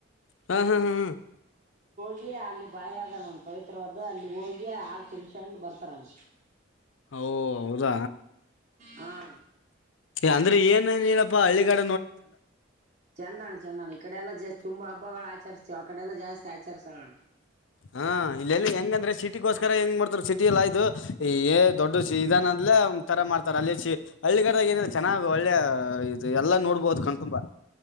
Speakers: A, on the left; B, on the right.
A: ಹ್ಮ್ ಹ್ಮ್ ಹ್ಮ್ ಹ್ಮ್
B: ಹಿ ಅಲ್ಲಿ ಬಾಯ ಆದಣ್ಣ ಒಂದ ಪವಿತ್ರವಾದ ಅಲ್ಲಿ ಹೋಗಿ ಹಾ ತಿನ್ಸೊಂಡು ಬರ್ತಾರಣ್ಣ
A: ಹ ಹೌದಾ
B: ಹಾ
A: ಅಂದ್ರೆ ಏನ ಏನ್ ಇರಪ್ಪಾ ಹಳ್ಳಿ ಕಡೆ
B: ಹಳ್ಳಿಗಡ ನೋಡ್ರೆ ಚಂದ ಚಂದಣ ಚಂದಾಣ ಈ ಕಡೆ ಎಲ್ಲಾ ಜಾ ತುಂಬಾ ಹಬ್ಬಗಳು ಆಚರಿಸ್ತಿೀವ ಆ ಕಡೆ ಎಲ್ಲಾ ಜಾಸ್ತಿ ಆಚಸೋಣ
A: ಹಾ ಇಲ್ಲೆಲ್ಲಿ ಹೆಂಗಂದ್ರೆ ಸಿಟಿಗೋಸ್ಕರ ಹೆಂಗ ಮಾಡ ಸಿಟಿ ಎಲ್ಲ ಇದುಏ ದೊಡ್ಡ ಇದಾನ ಅಂದೇ ತರ ಮಾಡ್ತಾರೆ ಅಲ್ಲಿ ಸಿ ಹಳ್ಳಿ ಕಡೆದಾಗ ಏನ್ರ ಚೆನ್ನಾಗ್ ಒಳ್ಳೆ ಹ ಇದು ಎಲ್ಲಾ ನೋಡ್ಬೋದು ಕಣ್ತುಂಬಾ